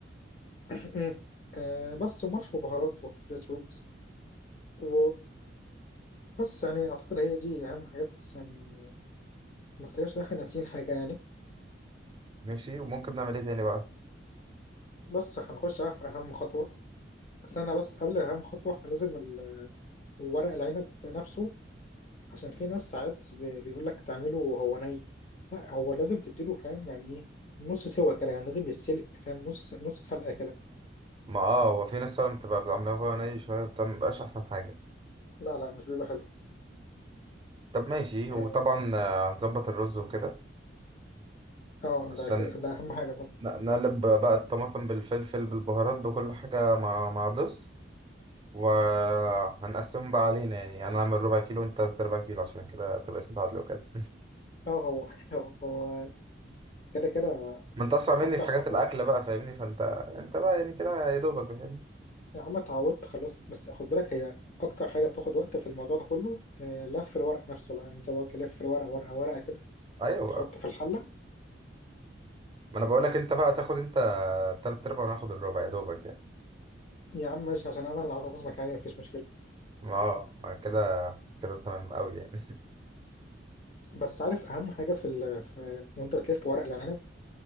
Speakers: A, on the left; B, on the right.
A: <coughs> <clears throat> آه بس وملح وبهارات وفلفل اسود و بس يعني اعتقد هي دي اهم حاجات يعني ما افتكرش ان احنا ناسيين حاجه يعني
B: ماشي وممكن نعمل ايه تاني بقى
A: بس هنخش بقى في اهم خطوه استنى بس قبل اهم خطوه احنا لازم ال- ورق العنب نفسه عشان في ناس ساعات بي- بيقولك تعمله وهو ني لا هو لازم تديله فاهم يعني ايه نص سوا كده يعني لازم يتسلق فاهم نص نص سلقة كده
B: ما اه هو في ناس فعلا بتبقى بتعملها وهو ني شويه بتبقى مبقاش احسن حاجه
A: لا لا مش بيبقى حلو
B: طب ماشي وطبعا
A: اه
B: آه، هنظبط الرز وكده
A: آه،
B: عشان
A: ده كده ده اهم حاجة طبعا
B: ن- نقلب بقى الطماطم بالفلفل بالبهارات بكل حاجه مع مع الرز وهنقسمهم بقى علينا يعني انا اعمل ربع كيلو وانت تلات ارباع كيلو عشان كده تبقى اسم تعادل وكده
A: اه هو <laughs> هو هو كده كده
B: ما انت اسرع مني
A: اكتر
B: في حاجات
A: حاجة
B: الاكل بقى فاهمني فانت انت بقى يعني كده يا دوبك فاهمني
A: يا عم اتعودت خلاص بس خد بالك هي اكتر حاجة بتاخد وقت في الموضوع ده كله آه، لف الورق نفسه بقى انت تقعد تلف الورق ورقة ورقة كده
B: ايوه
A: وتحطه
B: بقى
A: في الحلة
B: ما انا بقول لك انت بقى تاخد انت تلات ارباع وانا هاخد الربع يا دوبك يعني
A: يا عم ماشي عشان انا اللي عازمك يعني مفيش مشكلة
B: ما آه، ما كده كده تمام قوي يعني
A: بس عارف اهم حاجة في, ال... في وانت بتلف ورق العنب